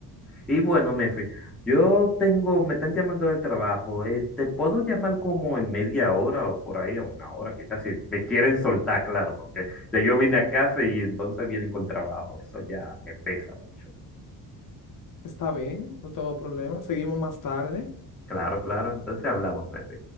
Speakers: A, in the centre; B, on the left.
A: Y bueno, Mefi, yo tengo, me están llamando del trabajo, eh, te puedo llamar como en media hora o por ahí, a una hora, quizás si me quieren soltar, claro, porque ya yo vine a casa y entonces vienen con trabajo, eso ya me pesa mucho.
B: Está bien, no tengo problema. Seguimos más tarde.
A: Claro, claro, entonces hablamos, Mefi.